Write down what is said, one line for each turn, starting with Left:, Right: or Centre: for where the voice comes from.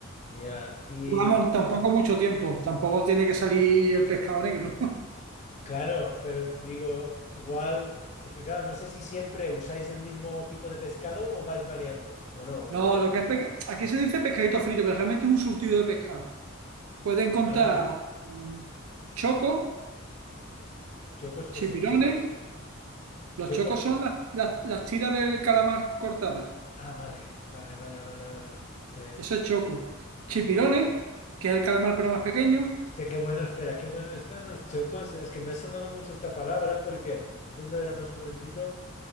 Left: Ya, y
Right: Vamos, tampoco mucho tiempo, tampoco tiene que salir el pescado negro. <laughs>
Left: claro, pero digo, igual, es que claro, no sé si siempre usáis el mismo tipo de pescado o vais variando, o no. o-
Right: No, lo que es pesca- aquí se dice pescadito frito, pero realmente es un surtido de pescado. Puedes encontrar
Left: ah,
Right: mm, chocos,
Left: chocos que
Right: chipirones.
Left: son chocos.
Right: Los
Left: Chocos,
Right: chocos son las, las- las tiras del calamar cortadas.
Left: ah, vale, vale, vale, vale, vale, sí.
Right: Eso es choco. Chipirones, que es el calamar pero más pequeño.
Left: Hostia, qué bueno, espera, qué bueno están los chocos. Es que me ha sonado mucho esta palabra porque cuando era más jovencito.